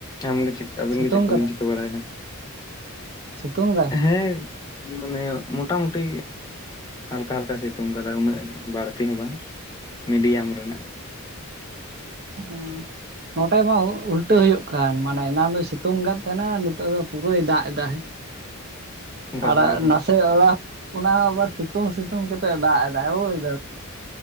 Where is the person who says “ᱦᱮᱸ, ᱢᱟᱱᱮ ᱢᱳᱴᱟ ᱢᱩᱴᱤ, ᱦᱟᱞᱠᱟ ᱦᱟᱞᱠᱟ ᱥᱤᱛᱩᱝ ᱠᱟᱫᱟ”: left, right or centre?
Left